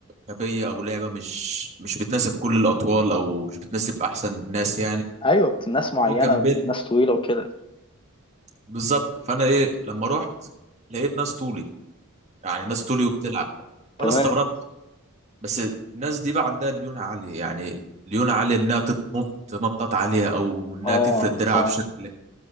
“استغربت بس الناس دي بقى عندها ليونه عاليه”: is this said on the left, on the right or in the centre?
Right